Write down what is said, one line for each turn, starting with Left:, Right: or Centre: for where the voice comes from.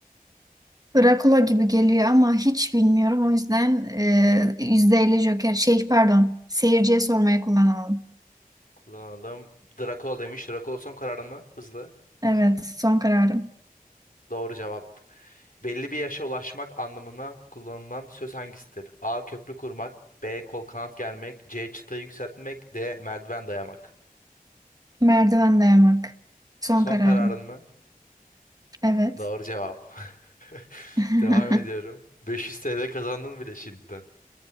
Right: Drakula gibi geliyor ama hiç bilmiyorum. O yüzden e, %50 Joker. Şey pardon. Seyirciye sormaya kullanalım.
Left: Kullanalım. Dracula demiş. Dracula son kararın mı? Hızlı.
Right: Evet. Son kararım.
Left: Doğru cevap. Belli bir yaşa ulaşmak anlamına kullanılan söz hangisidir? A. Köprü kurmak B. Kol kanat germek C. Çıtayı yükseltmek D. Merdiven dayamak
Right: Merdiven dayamak. Son
Left: Son
Right: kararım.
Left: kararın mı?
Right: Evet.
Left: Doğru cevap. <laughs>
Right: <laughs>
Left: Devam ediyorum. 500 TL kazandın bile şimdiden.